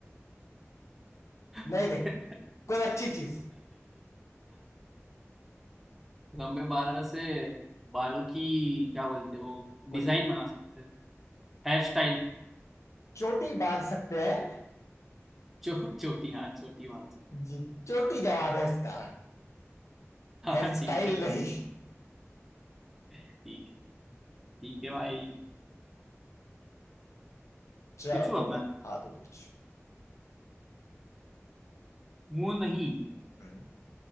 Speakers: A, in the centre; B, on the left.
A: <laughs>
B: नहीं नहीं कोई अच्छी चीज
A: लंबे बालों से बालों की क्या बोलते हैं वो
B: कुछ
A: डिजाइन बना सकते हैं Hair style
B: चोटी बांध सकते हैं
A: चो, चोटी हाँ चोटी बांध सकते
B: जी चोटी जवाब है इसका
A: हैं।
B: हेयर
A: हाँ ठीक
B: स्टाइल
A: है
B: नहीं
A: ठीक ठीक है भाई
B: चलो
A: पूछू
B: तुम
A: अब मैं
B: बताओ हाँ तू पूछ
A: मुंह नहीं
B: हम्म